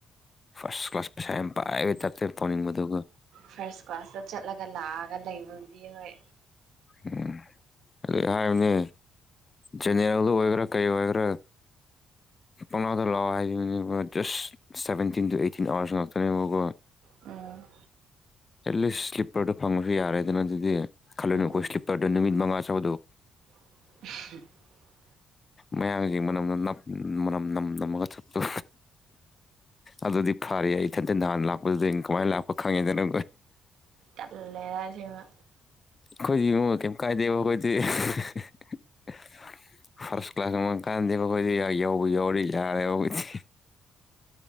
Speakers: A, on the left; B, on the right.
A: ꯐꯥꯔꯁ ꯀ꯭ꯂꯥꯁ ꯄꯩꯁꯥ ꯌꯥꯝ ꯄꯥꯏꯕ ꯇꯥꯏꯞꯇ ꯌꯥꯝ ꯇꯧꯅꯤꯡꯕꯗꯨꯒꯣ
B: ꯐꯥꯔꯁ ꯀ꯭ꯂꯥꯁꯇ ꯆꯠꯂꯒ ꯂꯥꯑꯒ ꯂꯩꯕꯕꯨꯗꯤ ꯍꯣꯏ
A: ꯎꯝ ꯀꯔꯤ ꯍꯥꯏꯔꯨꯅꯤ ꯖꯦꯅꯦꯔꯦꯜꯗ ꯑꯣꯏꯒꯦꯔꯥ ꯀꯩ ꯑꯣꯏꯒꯦꯔꯥ ꯄꯪꯪꯂꯥꯎꯗ ꯂꯥꯑꯣ ꯍꯥꯏꯔꯤꯕꯅꯦꯕ just seventeen to eighteen hours ꯉꯥꯛꯇꯅꯦꯕꯀꯣ
B: ꯑ
A: ꯑꯦꯠ ꯂꯤꯁ ꯁ꯭ꯂꯤꯞꯄꯔꯗꯣ ꯐꯪꯉꯁꯨ ꯌꯥꯔꯦꯗꯅ ꯑꯗꯨꯗꯤ ꯈꯜꯂꯨꯅꯨꯀꯣ
B: ꯎꯝ ꯎꯝ
A: ꯁ꯭ꯂꯤꯞꯄꯔꯗ ꯅꯨꯃꯤꯠ ꯃꯉꯥ <unintelligible>
B: <unintelligible>
A: ꯃꯌꯥꯡꯖꯤ ꯃꯅꯝꯅ ꯅꯞ ꯃꯅꯝ ꯅꯝ ꯅꯝꯃꯒ ꯆꯠꯄꯗꯣ ꯑꯗꯨꯗꯤ ꯐꯥꯔꯦ ꯑꯩ ꯏꯊꯟꯇ ꯅꯍꯥꯟ ꯂꯥꯛꯄꯗꯨꯗꯦꯡ ꯀꯃꯥꯏ ꯂꯥꯛꯄ ꯈꯪꯉꯦꯗ ꯅ
B: ꯇꯜꯂꯦ ꯑꯁꯦꯡꯕ
A: ꯈꯣꯢꯗꯤ ꯉꯣ ꯀꯩꯏꯝ ꯀꯥꯏꯗꯦꯕ ꯈꯣꯏ <unintelligible> ꯐꯥꯔꯁ ꯀ꯭ꯂꯥꯁ <unintelligible> ꯀꯥꯟꯗꯦꯕ ꯈꯣꯏꯗꯤ ꯌꯧꯕ ꯌꯥꯔꯗꯤ ꯌꯥꯔꯦꯕ ꯈꯣꯏꯗꯤ